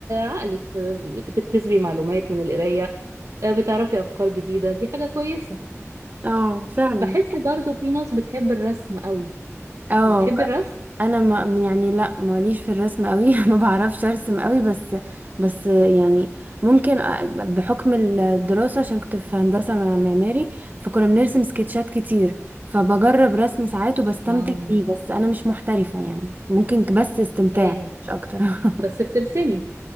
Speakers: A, on the right; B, on the right.
A: عقلك بتكتسبي معلومات من القراية آه بتعرفي أفكار جديدة دي حاجة كويسة
B: اه فعلا
A: بحس برضو في ناس بتحب الرسم قوي
B: اه
A: بتحب
B: ب-
A: الرسم
B: انا ما يعني لا ماليش في الرسم قوي <laughs> ما بعرفش ارسم قوي بس بس يعني ممكن أ- بحكم الدراسة عشان كنت في هندسة مع- معماري فكنا بنرسم سكتشات كتير فبجرب رسم ساعات وبستمتع
A: اه
B: بيه بس انا مش محترفة يعني ممكن بس استمتاع
A: ايوه
B: مش اكتر <laughs>
A: بس بترسمي